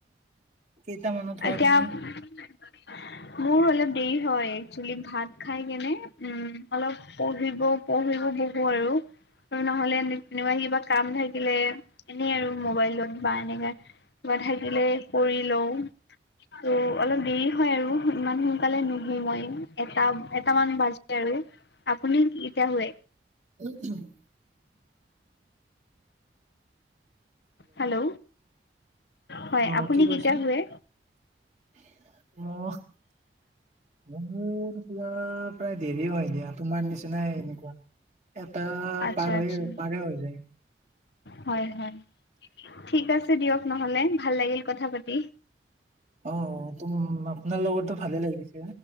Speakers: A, on the right (about 40°); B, on the left (about 65°).
A: কেইটামানত হোৱা
B: এতিয়া-
A: তুমি?
B: মোৰ অলপ দেৰি হয়, একচুৱেলী ভাত খাই কেনে উম, অলপ পঢ়িব- পঢ়িব বহো আৰু। আৰু নহলে তেনেবা কিবা কাম থাকিলে এনেই আৰু মোবাইলত বা এনেকে- বা থাকিলে কৰি লওঁ, ত অলপ দেৰি হয় আৰু। ইমান সোনকালে নুশু মই, এটা এটামান বাজে আৰু। আপুনি কেইটাত শুয়ে?
A: <unintelligible>
B: হেল্ল'! হয়,
A: অ
B: আপুনি
A: কি কৈছা?
B: কেইটাত শুয়ে?
A: <unintelligible> প্ৰায় দেৰি হয় দিয়া, তোমাৰ নিচিনাই এনেকুৱা। এটা
B: আচ্ছা
A: পাৰ
B: আচ্ছা
A: হৈ, পাৰে হৈ যায়।
B: হয়, হয়। ঠিক আছে দিয়ক নহলে, ভাল লাগিল কথা পাতি।
A: অঁ। অঁ, তো আপোনাৰ লগতো ভালে লাগিছে।